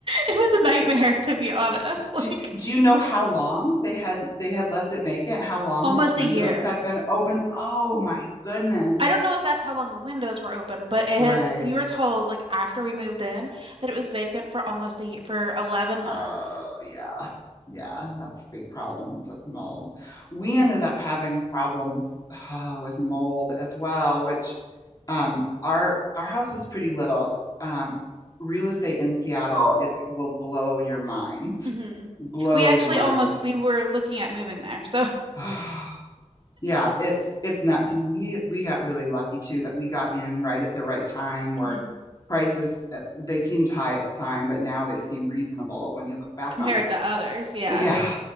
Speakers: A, on the right; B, on the left.
A: it was a nightmare to be honest. <laughs> Like
B: Do, do you know how long they had they had left it vacant? How long
A: almost
B: those windows
A: a year.
B: had been open? Oh my goodness.
A: I don't know if that's how long the windows were open, but it
B: Right.
A: had, we were told like after we moved in that it was vacant for almost a year, for 11 months.
B: Oh yeah. Yeah, that's big problems with mold. We ended up having problems uh, with mold as well, which um our our house is pretty little. Um real estate in Seattle it will blow your mind.
A: hmm
B: Blow
A: We actually
B: your mind.
A: almost, we were looking at moving there. So
B: <sighs> Yeah, it's it's nuts. And we we got really lucky too that we got in right at the right time where
A: <laughs> mhm,
B: prices uh, they seemed high at the time, but now they seem reasonable when you look back
A: compared
B: on it.
A: to others, yeah.
B: Yeah.